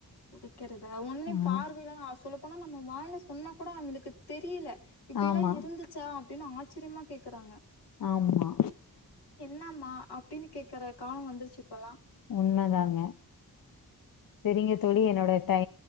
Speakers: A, on the left; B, on the left.
A: கெடைக்கறதா ஒன்னு
B: ம்
A: பார்வில அ சொல்ல போனா நம்ம வாய்ல. சொன்னா கூட அவுங்குளுக்கு தெரியில. இப்டியெல்லா
B: ஆமா
A: இருந்துச்சா. அப்டின் ஆச்சரியமா கேக்குறாங்க.
B: ஆமா.
A: இன்னாமா அப்டின் கேக்குற காலோ வந்துர்ச்சு இப்பல்லா
B: உண்ம தாங்க. செரிங்க தோழி
A: ம்
B: என்னோட டை